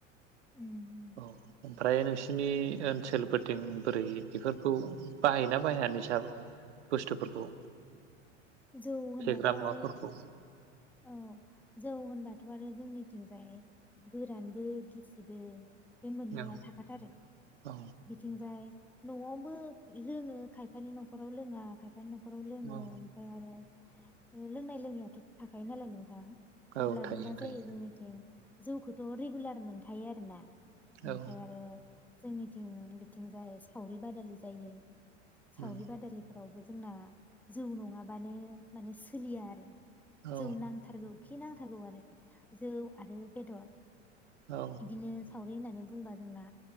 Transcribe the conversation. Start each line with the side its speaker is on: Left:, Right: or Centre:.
Centre: उम उम
Right: औ उम। फ्राय नोंसिनि ओनसोलफोरथिं बोरै इफोरखौ बाहायोना बाहाया निस बुस्थुफोरखौ?
Centre: जौ होनबाथ'
Right: फेग्रा मुवाफोरखौ
Centre: आरो औ जौ होनबाथ' आरो जोंनिथिंजाय गोरानबो गिसिबो बे मोननैया
Right: औ
Centre: थाखाथारो
Right: औ
Centre: बिथिंजाय न'आवबो लोङो खायफानि न'खराव लोङा खायफ फाय न'खराव लोङोम
Right: औ
Centre: ओमफाय आरो ओ लोंनाय लोङिआथ' थाखायो नालाय नोंथां।
Right: औ
Centre: अब्लाबो
Right: थायो
Centre: मा
Right: थायो
Centre: जायो जोंनिथिं जौखौथ' रेगुलार मोनखायो आरोना ओमफ्राय
Right: औ
Centre: आरो जोंनिथिं बिथिं जाय सावरि बादालि जायो। सावरि
Right: उम
Centre: बादालिफोरावबो ज जोंना जौ नङाब बानो माने सोलिया आरो
Right: औ
Centre: जौ नांथारगौ। खि नांथारगौ आरो जौ आरो बेदर।
Right: औ
Centre: बिदिनो सावरि होननानै बुंबा जोंना